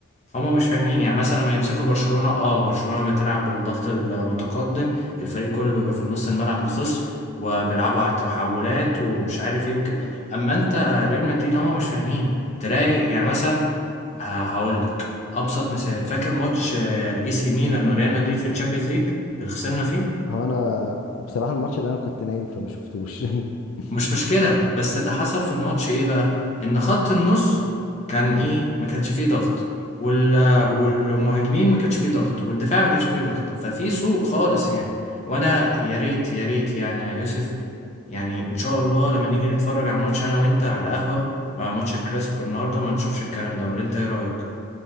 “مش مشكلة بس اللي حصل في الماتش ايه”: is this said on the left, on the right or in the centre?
Left